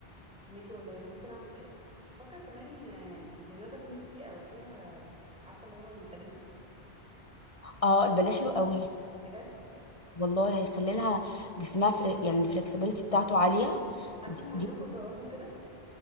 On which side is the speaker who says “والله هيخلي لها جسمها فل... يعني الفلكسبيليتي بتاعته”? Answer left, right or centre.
Left